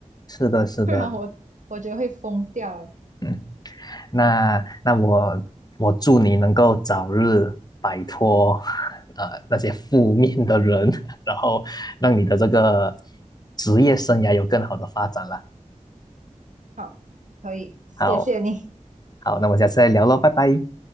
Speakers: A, on the left; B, on the right.
A: 是的，是的，
B: 不然我我觉得会疯掉诶。
A: 嗯。那那我我祝你能够早日摆脱呃那些负面的人，<laughs> 然后让你的这个职业生涯有更好的发展啦。
B: 好，可以，谢谢你，
A: 好，好，那我们下次再聊喽，拜拜。